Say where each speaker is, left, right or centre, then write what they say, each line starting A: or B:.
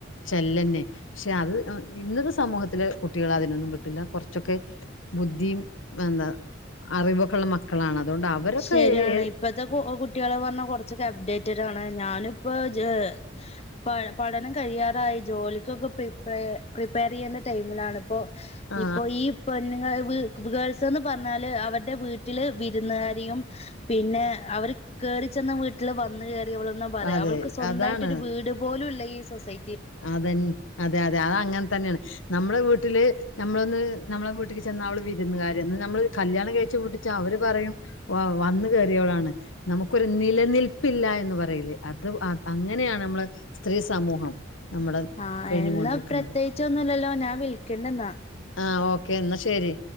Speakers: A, on the left; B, on the left.
A: ചൊല്ലെന്നെ. പക്ഷെ അത് ഇൻ ഇന്നത്തെ സമൂഹത്തില് കുട്ടികളെ അതിനൊന്നും കിട്ടൂല്ല കൊർച്ചൊക്കെ ബുദ്ധിം എന്താ അറിവൊക്കള്ള മക്കളാണ് അതോണ്ട് അവരൊക്ക്
B: ശരിയാണ്
A: ഏഹ്
B: ഇപ്പത്തെ കു കുട്ട്യേളെ പർഞ്ഞാ കൊർച്ചൊക്കെ അപ്ഡേറ്റഡാണ് ഞാനിപ്പോ ജെ പ പഠനം കഴിയാറായി. ജോലിക്കൊക്കെ പ്രിപേ പ്രിപ്പേറെയ്യുന്ന ടൈമിലാണിപ്പോ.
A: ആ
B: ഇപ്പോ ഈ പെണ്ണുങ്ങള് വീട്ടില് <unintelligible> പർഞ്ഞാല് അവരുടെ വീട്ടില് വിരുന്നുകാ രേയും പിന്നെ അവര് കേറി ചെന്ന വീട്ടില് വന്ന് കേറിയവളെന്ന പറയാ
A: അതെ
B: അവൾക്ക് സ്വന്തായിട്ടൊരു
A: അതാണ്
B: വീട് പോലുല്ല ഈ സൊസൈ
A: അതെൻ അതെയതെ അതങ്ങൻ തെന്നെണ്. നമ്മളെ വീട്ടില്. നമ്മളൊന്ന് നമ്മളെ വീട്ടിക്ക് ചെന്നാ അവള് വിരുന്നുക്കാരെന്ന് നമ്മെള് കല്യാണം കഴിച്ചു വിട്ടിച്ചാ അവെര് പറയും വ വന്നു കേറിയവളാണ് നമുക്കൊരു നിലനിൽപ്പില്ലാ എന്ന് പറയിലേ അത് അ അങ്ങനെയാണ് നമ്മളെ സ്ത്രീ സമൂഹം നമ്മുടെ
B: ആഹ്
A: കഴിഞ്ഞുകൊണ്ടിരിക്കുന്നത്.
B: എന്ന പ്രത്യേകിച്ചൊന്നുല്ലല്ലോ ഞാൻ വിളിക്കണ്ട് ന്നാ
A: ആഹ് ഓക്കേ ന്നാ ശെരി